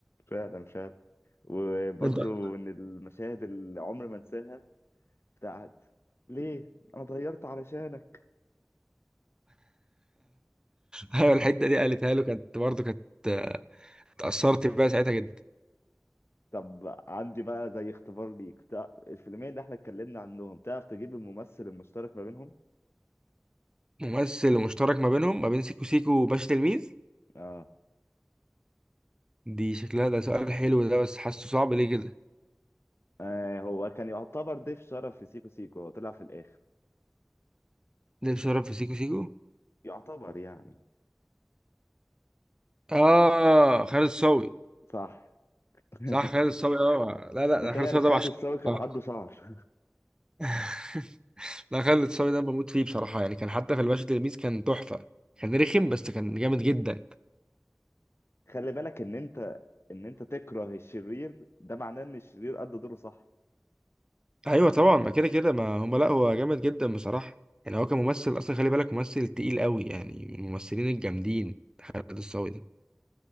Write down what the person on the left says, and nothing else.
فعلا فعلا وبرضو
من المشاهد اللي عمري ما انساها بتاعت ليه انا اتغيرت علشانك
طب عندي بقى زي اختبار ليك بتاع الفيلمين اللي احنا اتكلمنا عنهم تعرف تجيب الممثل المشترك ما بينهم
اه
آه هو كان يعتبر ضيف شرف في سيكو سيكو هو طلع في الآخر
يعتبر يعني
صح <laughs>
تخيل
خالد
الصاوي كان
عنده شعر <laughs>
خلي بالك ان انت ان انت تكره الشرير ده معناه ان الشرير قد دوره صح